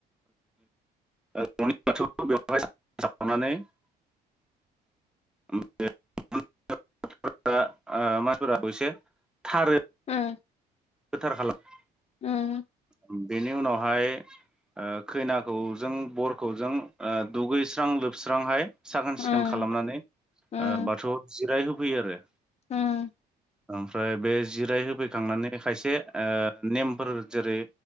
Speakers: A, in the centre; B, on the left.
A: <unintelligible> एसे थारो।
B: उम
A: गोथार खालाम
B: उम
A: <inaudible> बेनि उनावहाय ओ खैनाखौजों बरखौजों ओ दुगैस्रां लोबस्रांहाय साखोन सिखोन
B: उम
A: खालामनानै ओ
B: उम
A: बाथौआव जिराय हो फैयो आरो।
B: <inaudible>
A: ओमफ्राय बे जिराय होफैखांनानै बे खायसे‌ ओ नेमफोर जेरै